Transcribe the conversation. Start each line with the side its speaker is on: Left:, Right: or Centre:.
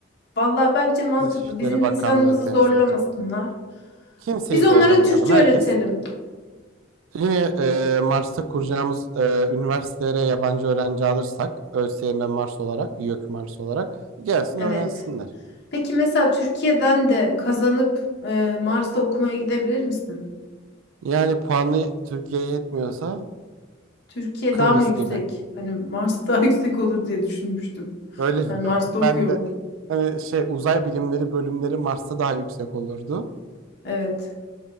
Left: Vallahi bence mantıklı.
Right: Dışişleri
Left: Bizim insanımızı
Right: Bakanlığı temsil
Left: zorlamasınlar.
Right: edecek. Kimseyi
Left: Biz onlara
Right: zorlamayalım.
Left: Türkçe
Right: Herkes
Left: öğretelim.
Right: yine e, Mars'ta kuracağımız e, üniversitelere yabancı öğrenci alırsak ÖSYM Mars olarak, YÖK Mars olarak gelsin
Left: Evet.
Right: öğrensinler.
Left: Peki mesela Türkiye'den de kazanıp e, Mars'ta okumaya gidebilir misin?
Right: Yani puanı Türkiye'ye yetmiyorsa
Left: Türkiye
Right: Kıbrıs
Left: daha mı yüksek?
Right: gibi.
Left: Hani Mars daha <laughs> yüksek olur diye düşünmüştüm.
Right: Öyle
Left: Hani Mars'ta
Right: <laughs>
Left: okuyorum.
Right: ben de hani şey uzay bilimleri bölümleri Mars'ta daha yüksek olurdu.
Left: Evet.